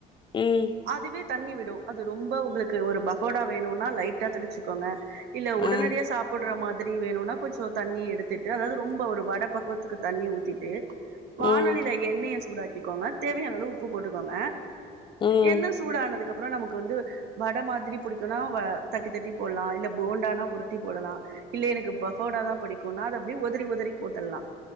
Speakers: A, on the left; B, on the right.
A: ம்
B: அதுவே தண்ணி விடு அது ரொம்ப உங்குளுக்கு ஒரு பகோடா வேணுனா லைட்டா தெளிச்சுக்கோங்க இல்ல உடனடியா
A: ஆ
B: சாப் போடுற மாதிரி வேணுனா கொஞ்சோ தண்ணி எடுத்துட்டு அதாவது ரொம்ப ஒரு வட பக்குவத்துக்கு தண்ணி ஊத்திட்டு வாணலியில
A: ம்
B: எண்ணெய சூடாக்கிக்கோங்க தேவையான அளவு உப்பு போட்டுக்கோங்க
A: ம் ம்
B: எண்ணெ சூடானதுக்கு அப்புறோ நமக்கு வந்து வட மாதிரி புடிக்குனா வ தட்டி தட்டி போட்லா இல்ல போண்டானா உருட்டி போடலா இல்ல எனக்கு பகோட தா பிடிக்குனா அத அப்டே உதரி உதரி போட்டர்லா